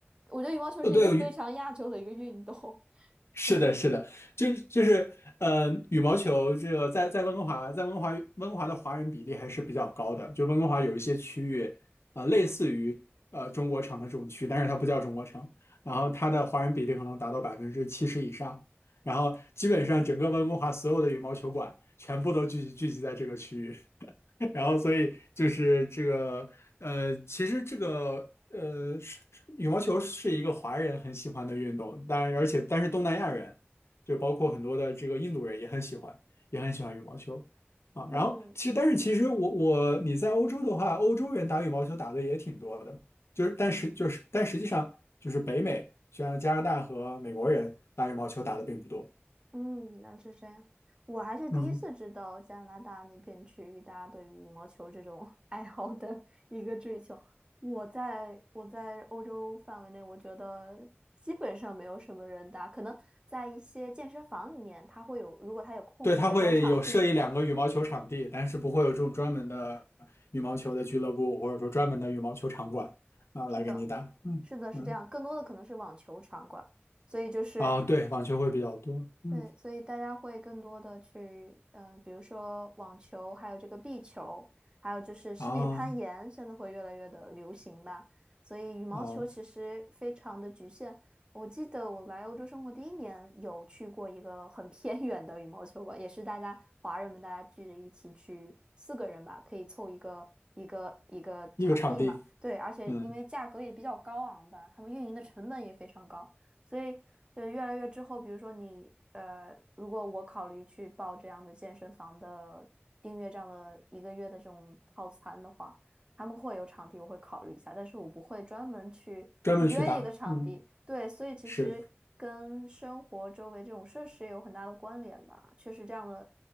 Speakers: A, on the right (about 20°); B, on the left (about 80°).
A: 我觉得羽毛球是一个非常亚洲的一个运动，
B: 呃，对，羽
A: <laughs>
B: 是的，
A: 所以。
B: 是的，就是就是，呃，羽毛球这个在在温哥华，在温哥华温哥华的华人比例还是比较高的。就温哥华有一些区域，啊，类似于呃中国城的这种区，但是它不叫中国城，然后它的华人比例可能达到百分之七十以上，然后基本上整个温哥华所有的羽毛球馆全部都聚集聚集在这个区域。<laughs> 然后所以就是这个呃，其实这个呃，是是羽毛球是一个华人很喜欢的运动，当然而且但是东南亚人就包括很多的这个印度人也很喜欢，也很喜欢羽毛球啊。
A: 嗯。
B: 然后其实但是其实我我你在欧洲的话，欧洲人打羽毛球打的也挺多的，就是但是就是但实际上就是北美，像加拿大和美国人打羽毛球打的并不多。
A: 嗯，那是这样。我还是第一次知道加拿大那片区域大家对于羽毛球这种
B: 嗯。
A: <laughs> 爱好的一个追求。我在我在欧洲范围内，我觉得基本上没有什么人打，可能在一些健身房里面，它会有，如果它有空余的这种场地，
B: 对，它会有设一两个羽毛球场地，但是不会有这种专门的羽毛球的俱乐部，或者说专门的羽毛球场馆啊，
A: 是的，
B: 来给你打。嗯嗯
A: 是的，是这样。更多的可能是网球场馆，所以就是。
B: 啊，对，网球会比较多。嗯
A: 对，所以大家会更多的去，嗯，比如说网球，还有这个壁球，还有就是室内攀岩，
B: 啊
A: 现在会越来越的流行吧。所以羽毛球其实非常的局限。
B: 哦，
A: 我记得我来欧洲生活第一年，有去过一个很偏 <laughs> 远的羽毛球馆，也是大家华人们大家聚着一起去，四个人吧，可以凑一个一个一个场地嘛。
B: 一个场地，
A: 对，而且因为价格也比较高昂吧，
B: 嗯，
A: 他们运营的成本也非常高。所以对，越来越之后，比如说你呃，如果我考虑去报这样的健身房的订阅这样的一个月的这种套餐的话，他们会有场地，我会考虑一下，但是我不会专门去预约一个场地。
B: 专门去打。嗯，
A: 对，所以其实跟生活周围这种设施也有很大的关联吧。
B: 是
A: 确实，这样的